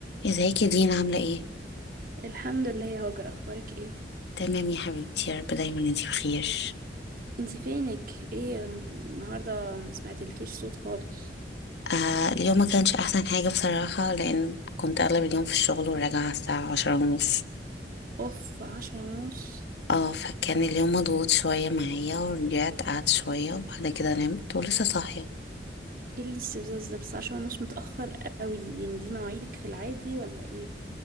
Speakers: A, on the left (about 75°); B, on the right (about 50°).
A: ازيك يا دينا عاملة ايه؟
B: الحمد لله يا هاجر اخبارك ايه
A: تمام يا حبيبتي يا رب دايما انتي بخير
B: انتي فينك ايه النهارده ما سمعتلكيش صوت خالص
A: آه اليوم ما كانش احسن حاجة بصراحة لان كنت اغلب اليوم في الشغل وراجعة على الساعة عشرة ونص
B: اوف عشرة ونص
A: اه فكان اليوم مضغوط شوية معايا ورجعت قعدت شوية وبعد كده نمت ولسه صاحية
B: ايه الاستفزاز ده بس عشرة ونص متأخر قوي يعني دي مواعيدك في العادي ولا ايه